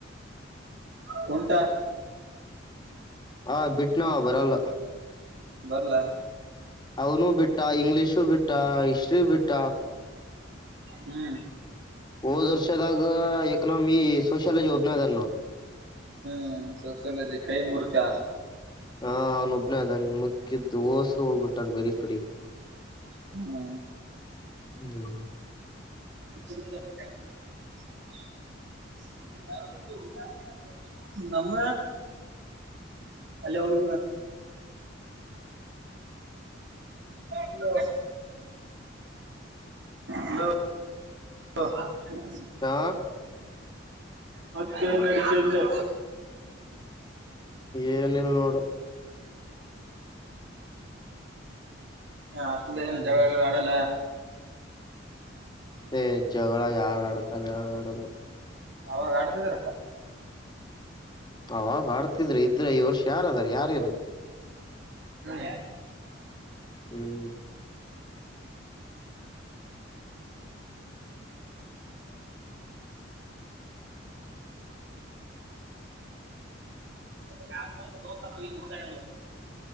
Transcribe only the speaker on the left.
ಹ ಬಿಟ್ಟನೋ ಆವ ಬರಲ್ಲ
ಅವನು ಬಿಟ್ಟ ಇಂಗ್ಲಿಷು ಬಿಟ್ಟ ಹಿಸ್ಟ್ರಿ ಬಿಟ್ಟ
ಹೋದ್ ವರ್ಷದಾಗ ಎಕನಾಮಿಕ್ಸ್ ಸೋಷಿಯಾಲಜಿ ಒಬ್ನದ ನೋಡು
ಹಾ ಅವ್ನೊಬ್ಬನೇ ಅದನ್ ಮುಕ್ಕಿದ್ದ್ ಹೋಸರು ಹೋಗ್ಬಿಟ್ಟಾರ ಬೇರ ಕಡೆಗೆ
ಹ್ಮ್
ಹಾ
ಏನಿಲ್ಲ ನೋಡು
ಹ್ಮ್
ಏ ಜಗಳ ಯಾರ್ ಆಡ್ತಾರೆ ಯಾರು ಆಡಲ್ಲ
ಅವಾಗ ಆಡ್ತಿದ್ರ ಇದ್ರೆ ಈ ವರ್ಷ ಯಾರದಾರ ಯಾರಲ್ಲ
ಹ್ಮ್